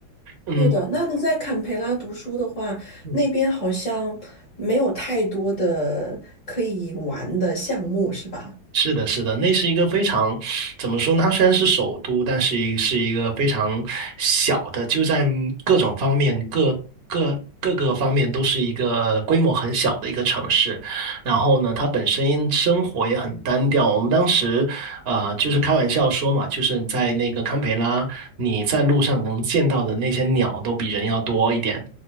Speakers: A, on the right (about 55°); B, on the left (about 50°).
A: 嗯
B: 对的，那你在坎培拉读书的话，
A: 嗯。
B: 那边好像没有太多的可以玩的项目，是吧？
A: 是的，是的，那是一个非常，怎么说呢？它虽然是首都，但是一是一个非常小的，就在各种方面、各各各个方面都是一个规模很小的一个城市。然后呢，它本身生活也很单调。我们当时，呃，就是开玩笑说嘛，就是在那个堪培拉，你在路上能见到的那些鸟都比人要多一点。